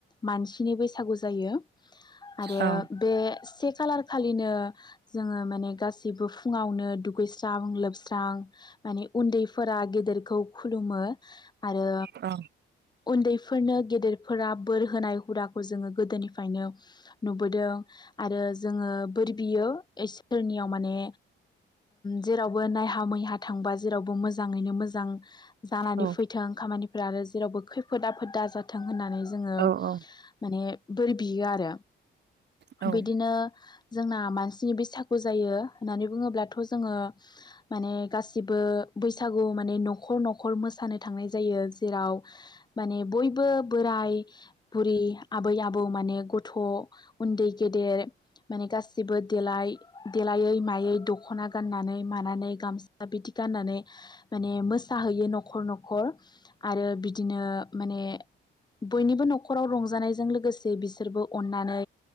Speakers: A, on the left; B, on the right.
A: मानसिनि बै सागु जायो आरो
B: औ
A: बे खालार खालिनो जोङो माने गासिबो फुङावनो दुगै स्रां लोबस्रां माने उन्दैफोरा गेदेरखौ खुलुमो आरो
B: औ
A: उन्दै फोरनो गेदेरफोरा बोर होनाय हुदाखौ जोङो गोदोनिफ्रायनो नुबोदों आरो जोङो बोर बियो इसोरनियाव माने जेरावबो नायहा मैहा थांबा जेरावबो मोजाङैनो मोजां जानानै
B: औ
A: फैथों खामानि आरो जेरावबो खैफोदा आफोदा दाजाथों होननानै जोङो
B: औ
A: माने बोर बियो आरो।
B: औ
A: बिदिनो जोंना मानसिनि बैसागु जायो होननानै बुङोब्लाथ' जोंङो माने गासिबो बैसागु माने न'खर न'खर मोसानो थांनाय जायो। जेराव माने बयबो बोराइ बुरि आबै आबौ माने गथ' उन्दै गेदेर माने गासैबो देलाय देलायै मायै दख'ना गाननानै मानानै गामसा बिदि गाननानै माने मोसाहैयो न'खर न'खर आरो बिदिनो माने बयनिबो न'खराव रंजानाय जों लोगोसे बिसोरबो अननानै